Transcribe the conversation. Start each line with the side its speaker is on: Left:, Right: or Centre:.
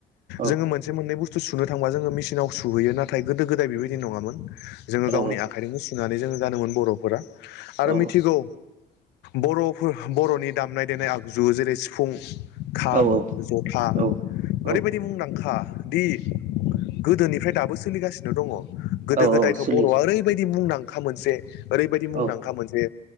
Right: औ
Left: जोङो मोनसे मोननै बुस्थु सुनो थांबा जोङो मिसिनासुहैयो नाथाय गोदो गोदाय बेदि नङामोन जोङो
Right: औ
Left: गावनि आखायजोंनो दानानै गानोमोन बर'फोरा आरो
Right: औ
Left: मिथिगौ बर बर'नि दामनाय देनाय देनाय आगजु जेरै सिफुं खाम
Right: औ
Left: जथा
Right: औ औ
Left: ओरैबायदि मुंदांखा दि गोदोनिफ्राय दाबो सोलिगासिनो दङ गोदो
Right: औ
Left: गोदायथ'
Right: सोलियो
Left: बर'आ ओरैबायदि मुंदांखा मोनसे ओरैबायदि मुंदांखा
Right: औ
Left: मोनसे